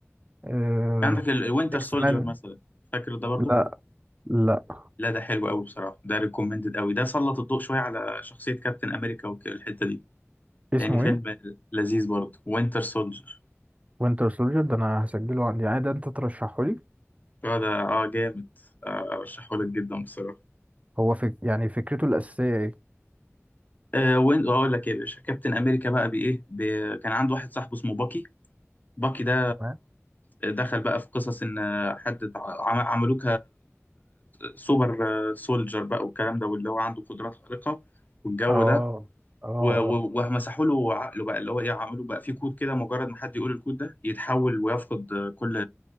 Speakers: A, on the right (about 30°); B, on the left (about 35°).
A: أه
B: عندك الوينتر
A: اكس
B: سولجر
A: مان
B: مثلا فاكر ده برضو
A: لا لا
B: لا ده حلو قوي بصراحه ده ريكومندد قوي ده سلط الضوء شويه على شخصيه كابتن امريكا والحته دي
A: اسمه
B: يعني فيلم
A: ايه
B: لذيذ برضو وينتر سولجر
A: وينتر سولجر ده انا هسجله عندي يعني ده انت ترشحه لي
B: اه ده اه جامد آه، ارشحه لك جدا بصراحه
A: هو فك... يعني فكرته الاساسيه ايه
B: آه وين اقول لك ايه يا باشا كابتن امريكا بقى بايه ب... كان عنده واحد صاحبه اسمه باكي باكي ده
A: تمام
B: دخل بقى في قصص ان حد تع- عم- عملوه كسوبر سولجر بقى والكلام ده واللي هو عنده قدرات خارقة والجو
A: اه
B: ده
A: اه
B: و- و-
A: اه
B: ومسحوا له عقله بقى اللي هو ايه عملوا بقى فيه كود كده مجرد ما حد يقول الكود ده يتحول ويفقد كل